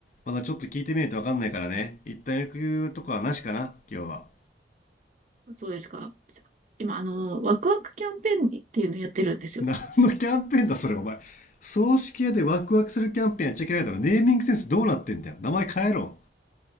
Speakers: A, on the left; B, on the right.
A: まだちょっと聞いてみないとわかんないからね。一旦役くとかはなしかな、今日は。
B: そうですか。今、あの、ワクワクキャンペーンっていうのをやってるんですよ。
A: 何のキャンペーンだ、それ、お前。葬式屋でワクワクするキャンペーンやっちゃいけないだろ。ネーミングセンスどうなってんだよ。名前変えろ。